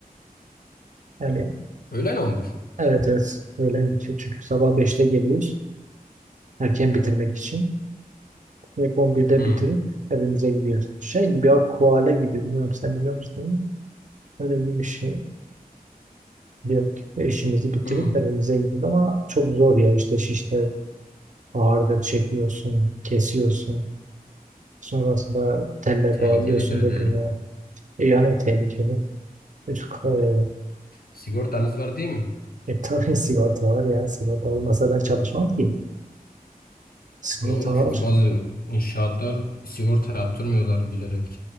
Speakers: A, on the right; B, on the left.
A: Yani
B: Öğlen 11.
A: evet evet öğlen bitiyor çünkü sabah beşte geliyoruz erken bitirmek için. Ve on birde
B: Hı.
A: bitirip evimize gidiyoruz. Şey gibi ya koala gibi bilmiyorum sen biliyor musun? onu? Öyle gibi bir şey. Diyelim ki işimizi bitirip
B: Hı.
A: evimize gidiyoruz ama çok zor ya işte şişte ağırdır çekiyorsun, kesiyorsun. Sonrasında telle
B: Tehlikelidir
A: bağlıyorsun birbirine.
B: de.
A: E yani tehlikeli. Üf, E,
B: Sigortanız var değil mi?
A: e tabii <laughs> sigorta var ya. Sigorta olmasa ben çalışmam ki. Sigorta
B: Ya oğlum çünkü
A: var.
B: bazı inşaatlar sigorta yaptırmıyorlar bilerek.